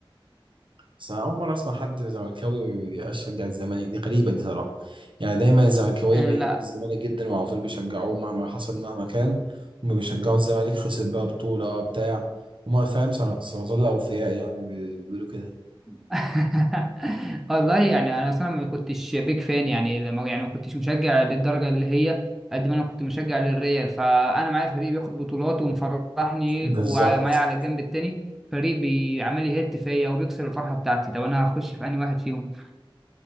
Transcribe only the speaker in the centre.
لا
<laughs> والله يعني انا اصلا ما كنتش بيك فان يعني لما يعني ما كنتش مشجع للدرجه اللي هي قد ما انا كنت مشجع للريال فانا معايا فريق بياخد بطولات ومفرحني
ومعايا على الجنب التاني فريق بيعمل لي هيت فيا وبيكسر الفرحه بتاعتي طب انا هخش في انهي واحد فيهم